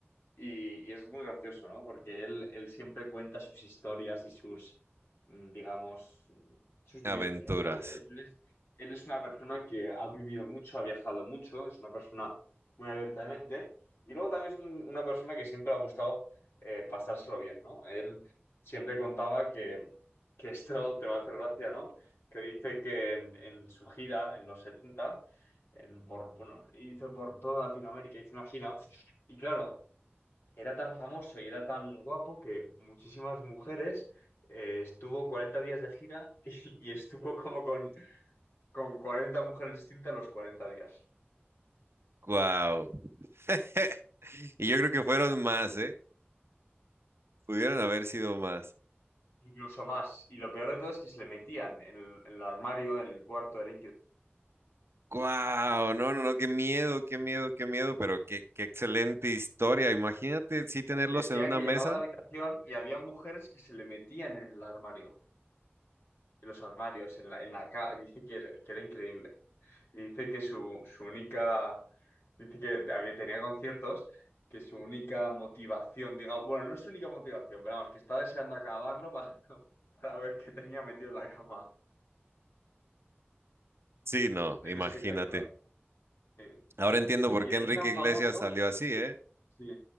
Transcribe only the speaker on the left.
Y, y es muy gracioso, ¿no? Porque él, él siempre cuenta sus historias y sus, mm, digamos, mm, sus vivencias,
¿no? Él es, él es una persona que ha vivido mucho, ha viajado mucho, es una persona muy abierta de mente y luego también es un- una persona que siempre ha gustado eh, pasárselo bien, ¿no? Él siempre contaba que, que esto te va a hacer gracia, ¿no? Que dice que en, en su gira, en los 70 en, por, bueno, hizo por toda Latinoamérica, hizo una gira y claro era tan famoso y era tan guapo que muchísimas mujeres eh, estuvo 40 días de gira <laughs> y, y estuvo como con, con 40 mujeres distintas los 40 días,
incluso más. Y lo peor de todo es que se le metían en el, en el armario, en el cuarto, era increíble.
Decía
que
llegaba a la habitación y había mujeres que se le metían en el armario. En los armarios, en la, en la ca- dice que, que era increíble. Y dice que su, su única Dice que había- tenía conciertos que su única motivación, digamos, bueno, no es su única motivación, pero vamos, que está deseando acabarlo para, <laughs> para ver qué tenía metido en la cama.
Era espectacular. Sí.
Y
era
tan
famoso
Sí,